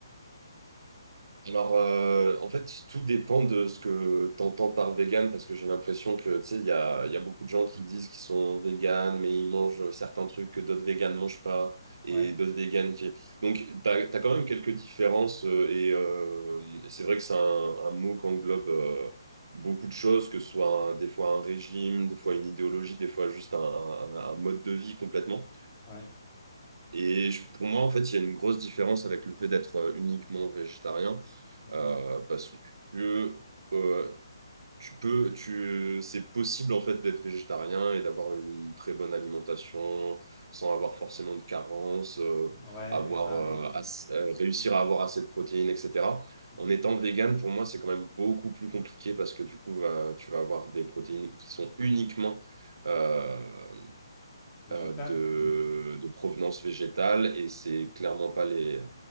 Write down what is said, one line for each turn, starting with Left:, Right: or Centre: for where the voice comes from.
Right: Alors, euh, en fait, tout dépend de ce que tu entends par vegan, parce que j'ai l'impression que, tu sais, il y a, il y a beaucoup de gens qui disent qu'ils sont vegan, mais ils mangent certains trucs que d'autres végans ne mangent pas, et
Left: Ouais,
Right: d'autres végans qui... Donc, tu as, quand même quelques différences, euh, et, euh, et c'est vrai que c'est un, un mot qui englobe euh, beaucoup de choses, que ce soit un- des fois un régime, des fois une idéologie, des fois juste un, un un mode de vie complètement.
Left: ouais,
Right: Et
Left: ouais.
Right: je- pour moi, en fait, il y a une grosse différence avec le fait d'être euh, uniquement végétarien,
Left: Mhm.
Right: euh, parce que euh, tu peux, tu, c'est possible en fait d'être végétarien et d'avoir une très bonne alimentation sans avoir forcément de carence, euh,
Left: Ouais,
Right: avoir
Left: ouais. Ah oui, oui.
Right: euh, ass- euh, réussir à avoir assez de protéines, etc.
Left: Mhm.
Right: En étant vegan, pour moi, c'est quand même beaucoup plus compliqué parce que du coup, euh, tu vas avoir des protéines qui sont uniquement euh,
Left: Végétal,
Right: euh, de,
Left: quoi.
Right: de provenance végétale et c'est clairement pas les,